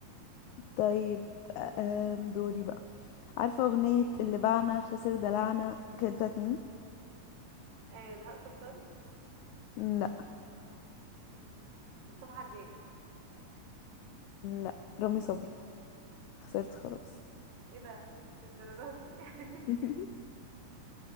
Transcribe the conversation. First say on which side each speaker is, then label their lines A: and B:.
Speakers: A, on the left; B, on the right.
A: طيب أم دوري بقى عارفة أغنية
B: اوكي
A: اللي باعنا خسر دلعنا كانت بتاعت مين
B: آه، بهاء سلطان
A: لا
B: مصطفى حجاج
A: لا رامي صبري خسرت خلاص
B: ايه ده للدرجة دي <laughs>
A: <laughs>